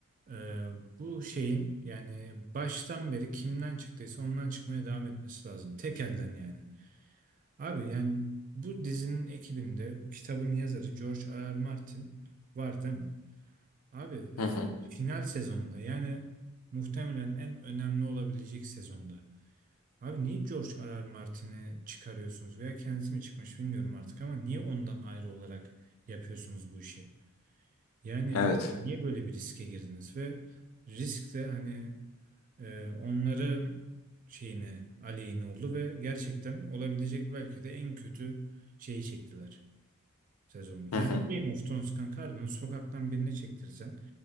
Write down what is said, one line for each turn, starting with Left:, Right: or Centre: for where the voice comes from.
Right: e, bu şeyin yani baştan beri kimden çıktıysa ondan çıkmaya devam etmesi lazım. Tek elden yani. Abi yani bu dizinin ekibinde bu kitabın yazarı George R. R. Martin var değil mi? Abi e,
Left: Hı hı.
Right: final sezonda yani muhtemelen en önemli olabilecek sezonda. Abi niye George R.R. Martin'i çıkarıyorsunuz veya kendisi mi çıkmış bilmiyorum artık ama niye ondan ayrı olarak yapıyorsunuz bu işi? Yani
Left: Evet.
Right: niye böyle bir riske girdiniz ve risk de hani e, onların şeyine aleyhine oldu ve gerçekten olabilecek belki de en kötü şeyi çektiler sezonu. Yani
Left: Hı hı.
Right: Game of Thrones kanka harbiden sokaktan birine çektirsen